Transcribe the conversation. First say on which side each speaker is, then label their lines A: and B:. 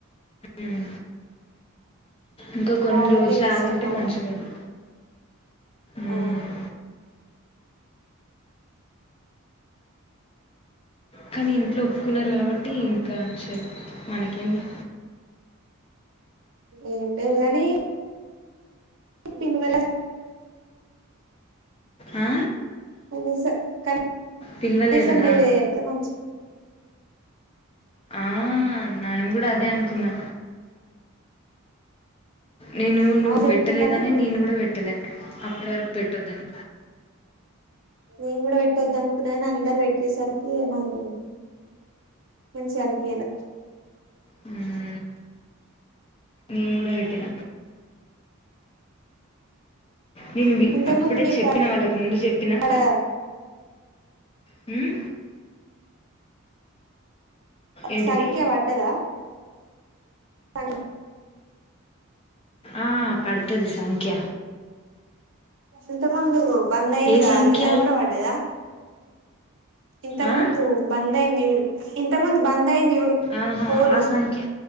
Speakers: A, on the left (about 25°); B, on the right (about 60°).
A: హ్మ్ ఇంకా కొన్ని
B: వాళ్ళకే
A: రోజులు
B: కష్టం
A: ఆగుంటే
B: మళ్ళ
A: మంచిగుండు మ్మ్
B: ఆ
A: కానీ ఇంట్లో ఒప్పుకున్నారు కాబట్టి ఇంకా చెప్ మనకేంది
B: ఏం లేదు గానీ పిన్వాలక్
A: ఆ
B: కనీస కన్
A: పిలవలేదనా
B: కనీసం ఈ ఆ మంచిగా
A: ఆ నానుకూడా అదే అనుకున్నా నేను నువ్వు
B: ఆ చెప్పిందని
A: పెట్టలేదని నేను కూడా పెట్టలే అప్పటి వరకు పెట్టొద్దని
B: నేను కూడా పెట్టదను నేను అందరు పెట్టేసరికి మన్ మంచిగా అనిపియాల
A: హుమ్ నేను కూడా వెటిన నేను వి
B: ఇంత
A: అప్పుడే
B: ముందు నీకు
A: చెప్పిన వాళ్ళకు ముందు చెప్పినా
B: అక్కడ
A: క మ్ ఏంటిది
B: సంఖ్య వడ్డదా సంగ
A: ఆ పడుతది సంఖ్య
B: ఇంతకందు బంద్ అయింది
A: ఏ
B: కద
A: సంఖ్య
B: అది కూడా పడ్డదా ఇంత
A: ఆ
B: ముందు బందయది జూడు ఇంత ముందు బంద్ అయింది చూడు
A: ఆహా
B: ఫోను
A: ఆ సంఖ్య